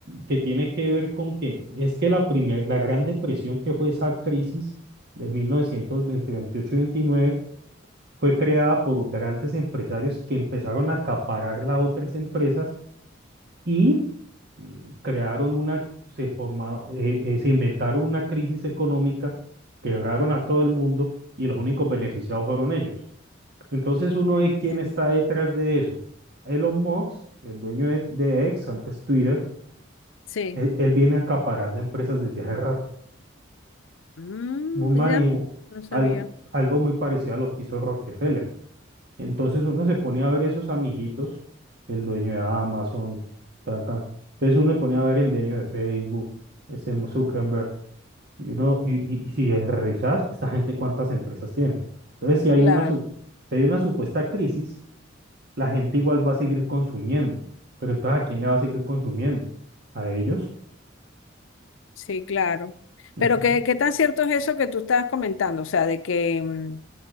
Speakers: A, on the right; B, on the left.
A: que tiene que ver con que es que la primer, la Gran Depresión, que fue esa crisis de mil novecientos entre veintiocho y 29 fue creada por grandes empresarios que empezaron a acaparar las otras empresas y mm, crearon una, se formaron, se inventaron una crisis económica, quebraron a todo el mundo y los únicos beneficiados fueron ellos. Entonces uno
B: entiendo.
A: ve quién está detrás de eso. Elon Musk, el dueño de, de X, antes Twitter,
B: Sí.
A: él, él viene acaparando empresas desde hace rato.
B: Mm,
A: Un
B: mira,
A: manejo,
B: no sabía.
A: algo, algo muy parecido a lo que hizo Rockefeller. Entonces uno se pone a ver esos amiguitos, el dueño de Amazon, tan, tan. Entonces uno se pone a ver el dueño de Facebook, ese Zuckerberg, y uno, y, y- y si revisas, esta gente cuántas empresas tiene. Entonces, si hay
B: Claro,
A: una, su- si hay una supuesta crisis, la gente igual va a seguir consumiendo. Pero entonces, ¿a quién le va a seguir consumiendo? ¿A ellos?
B: sí, claro.
A: Entonces,
B: Pero ¿qué, qué tan cierto es eso que tú estás comentando? O sea, de que mm,